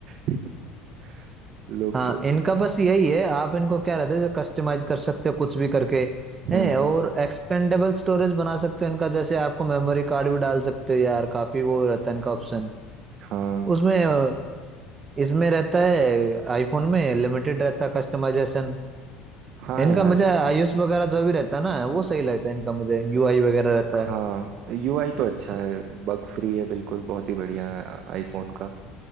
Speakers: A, on the right; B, on the right.
A: <laughs> लोग
B: हाँ
A: तो
B: इनका बस यही है आप इनको क्या रहता है कस्टमाइज कर सकते हो कुछ भी करके
A: हम्म
B: है
A: हम्म,
B: और एक्सपेंडेबल स्टोरेज बना सकते हो इनका जैसे आपको मेमोरी कार्ड भी डाल सकते हो यार काफी वो रहता है इनका ऑप्शन
A: हाँ
B: उसमें इसमें रहता है आईफोन में लिमिटेड रहता है कस्टमाइजेशन
A: हाँ
B: इनका
A: यार
B: मुझे आयुष वगैरह जो भी रहता है ना वो सही लगता है इनका मुझे यूआई वगैरह रहता
A: हाँ
B: है
A: यूआई तो अच्छा है बग फ्री है बिल्कुल बहुत ही बढ़िया है आईफोन का